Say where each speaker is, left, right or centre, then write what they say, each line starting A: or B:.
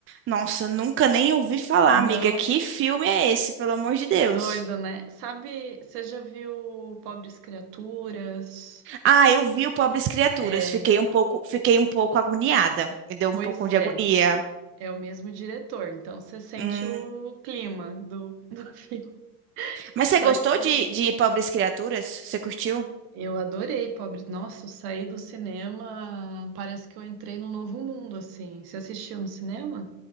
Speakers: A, on the right; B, on the right.
A: Nossa, nunca nem ouvi falar,
B: Não?
A: amiga. Que filme é esse, pelo amor de Deus?
B: Doido, né? Sabe, você já viu Pobres Criaturas?
A: Ah, eu vi o Pobres Criaturas.
B: É,
A: Fiquei um pouco, fiquei um pouco agoniada. Me deu um
B: pois
A: pouco de
B: é,
A: agonia.
B: é o mesmo diretor, então você sente
A: Hum.
B: o clima do, do <laughs> filme.
A: Mas
B: Só
A: você gostou
B: que
A: de, de Pobres Criaturas? Você curtiu?
B: eu adorei, pobre. Nossa, eu saí do cinema, parece que eu entrei num novo mundo, assim. Você assistiu no cinema?